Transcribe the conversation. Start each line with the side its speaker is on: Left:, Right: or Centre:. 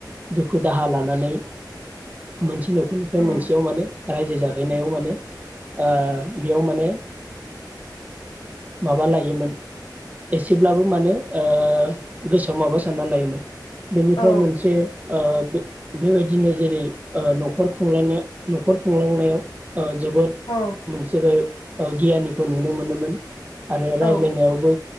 Right: दुखु दाहा लानानै मोनसे न'खरनिफ्राय बे
Left: उम
Right: मोनसेयाव माने रायजो जाहैनायाव माने ओ बेयाव माने माबा लायोमोन एसेब्लाबो माने ओ गोसोआव माबा सानना लायोमोन बेनिफ्राय
Left: औ
Right: मोनसे ओ बेबायदिनो जेरै ओ न'खरखौ खुंलायनाय न'खर खुंलांनायाव ओ जोबोद
Left: औ
Right: मोनसेबो ओ गियानिखौ नुनो मोनोमोन। आरो
Left: औ
Right: रायज्लायनायावबो